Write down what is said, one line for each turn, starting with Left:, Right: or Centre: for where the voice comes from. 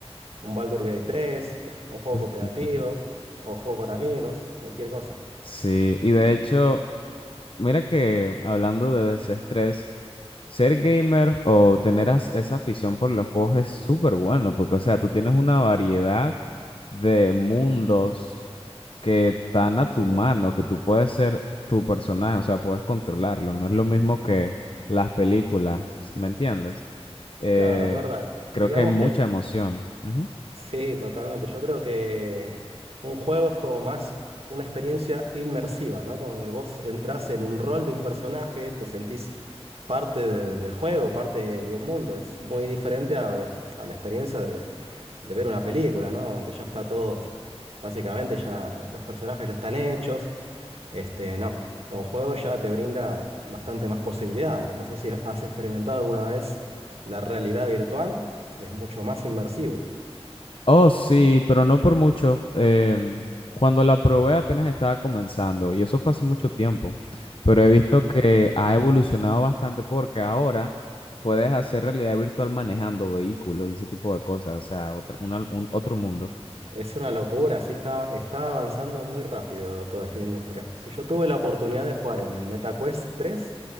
Right: un Baldur's Gate 3, un juego cooperativo,
Left: <laughs>
Right: o juego con amigos, cualquier cosa.
Left: Sí. Y de hecho, mira que hablando de desestrés, ser gamer o tener as- esa afición por los juegos es súper bueno, porque, o sea, tú tienes una variedad de mundos que están a tu
Right: Sí,
Left: mano, que tú puedes ser tu personaje, o sea, puedes controlarlo. No es lo mismo que las películas, ¿me entiendes? Eh,
Right: claro, es verdad.
Left: creo
Right: Digamos
Left: que hay mucha
Right: que el,
Left: emoción. Ujú.
Right: Sí, totalmente. Yo creo que un juego es como más una experiencia inmersiva, ¿no? Como de vos entras en un rol de un personaje, te sentís parte de- del juego, parte de un mundo. Es muy diferente a, a la experiencia de, de ver una película, ¿no? Donde ya está todo, básicamente ya los personajes ya están hechos. Este, no, un juego ya te brinda bastante más posibilidades. No sé si has experimentado alguna vez la realidad virtual, es mucho más inmersivo.
Left: Oh, sí, pero no por mucho. Em, cuando la probé apenas estaba comenzando y eso fue hace mucho tiempo, pero he visto que ha evolucionado bastante porque ahora puedes hacer realidad virtual manejando vehículos y ese tipo de cosas, o sea, otro, una- un- otro mundo.
Right: Es una locura, sí está, está avanzando muy rápido toda esta industria. Sí, yo tuve la oportunidad de jugar en MetaQuest tres,